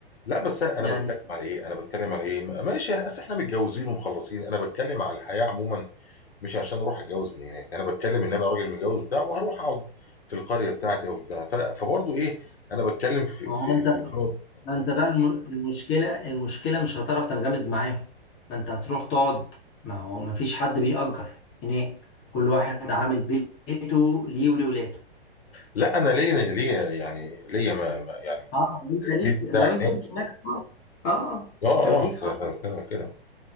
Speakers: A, on the left; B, on the left.
A: لا بس انا انا
B: يعني
A: بتكلم على ايه انا بتكلم على ايه ماشي اصل احنا متجوزين ومخلصين انا بتكلم على الحياة عموما مش عشان اروح اتجوز من هناك انا بتكلم ان انا راجل متجوز بتاع وهروح اقعد في القرية بتاعتي او بتاع ف... فبرضه ايه انا بتكلم في
B: ما هو
A: في
B: انت
A: في في نقطة
B: ما انت بقى الم- المشكله المشكله مش هتعرف تنغمز معاهم ما انت هتروح تقعد ما هو ما فيش حد بيأجر هناك كل واحد عامل بيته ليه ولولاده
A: لا انا ليا ليا يعني ليا ما ما- يعني
B: اه لو انت ليك
A: ليه
B: لو
A: بتاع
B: انت
A: هناك
B: ليك هناك اه اه
A: اه
B: لو ليك خلاص
A: اه كده